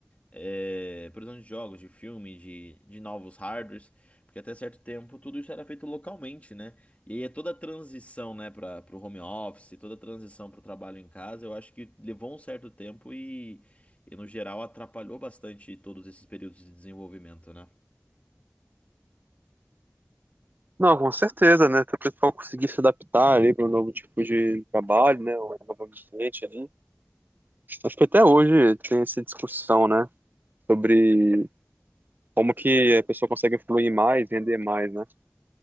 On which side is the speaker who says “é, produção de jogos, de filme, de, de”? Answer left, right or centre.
Left